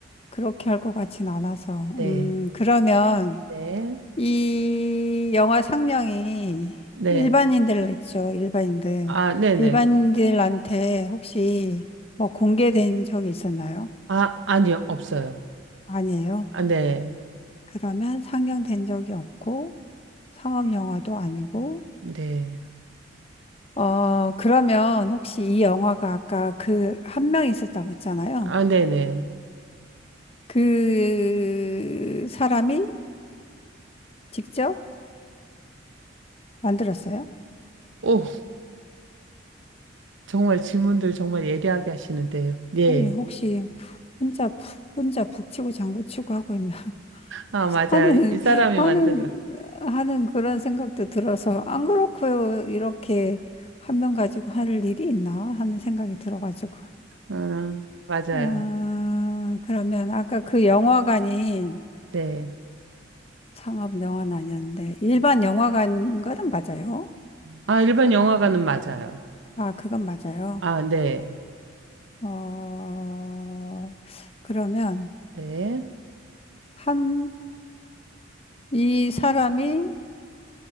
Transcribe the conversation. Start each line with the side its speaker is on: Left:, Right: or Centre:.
Left: 그렇게 할 것 같진 않아서.
Right: 네,
Left: 음, 그러면
Right: 네,
Left: 이 영화 상영이
Right: 네.
Left: 일반인들 있죠. 일반인들.
Right: 아, 네네.
Left: 일반인들한테 혹시 뭐 공개된 적이 있었나요?
Right: 아, 아니요, 없어요.
Left: 아니에요.
Right: 아, 네,
Left: 그러면 상영된 적이 없고 상업 영화도 아니고
Right: 네.
Left: 어 그러면 혹시 이 영화가 아까 그 한 명 있었다고 했잖아요.
Right: 아, 네네.
Left: 그 사람이 직접 만들었어요?
Right: 오, 정말 질문들 정말 예리하게 하시는데요. 예.
Left: 아니 혹시 혼자 푹 혼자 북치고 장구치고 하고 있나
Right: 아,
Left: <laughs>
Right: 맞아요.
Left: 하는
Right: 이 사람이
Left: 하는
Right: 만든 거.
Left: 하는 그런 생각도 들어서 안 그렇고요 이렇게 한 명 가지고 할 일이 있나 하는 생각이 들어가지고
Right: 음, 맞아요.
Left: 아, 그러면 아까 그 영화관이
Right: 네.
Left: 상업 영화는 아니었는데 일반 영화관인 거는 맞아요.
Right: 아, 일반 영화관은 맞아요.
Left: 아, 그건 맞아요.
Right: 아, 네.
Left: 어, 그러면
Right: 네.
Left: 한, 이 사람이